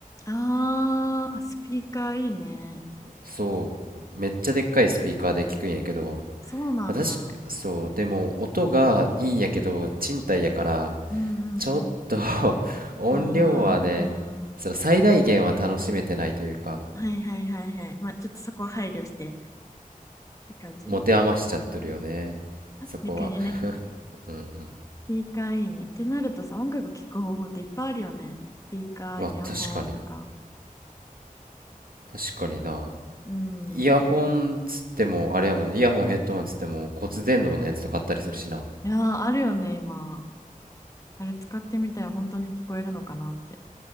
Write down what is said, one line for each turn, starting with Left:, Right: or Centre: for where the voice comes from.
Left: ああ、スピーカーいいね。
Right: そうめっちゃでっかいスピーカーで聞くんやけど
Left: そうなんだ。
Right: 私そうでも音がいいんやけど賃貸やから
Left: うんう
Right: ちょっと
Left: ん
Right: <laughs> 音量はね、
Left: うん。あ
Right: その最大限は楽しめてないというか、
Left: あ、はいはいはいはい。まあ、ちょっとそこは配慮してって感じ。
Right: 持て余しちゃってるよね。そこは。
Left: 逆にね。
Right: うんうん。
Left: スピーカーいいね。ってなるとさ、音楽聴く方法っていっぱいあるよね。スピーカー、
Right: まあ確かに、
Left: イヤホンとか。
Right: 確かにな。
Left: うん。
Right: イヤホンつっても、あれやもんね、イヤホンヘッドホンつっても骨伝導のやつとかあったりするしな。
Left: いやー、あるよね、今。あれ使ってみたら本当に聞こえるのかなって。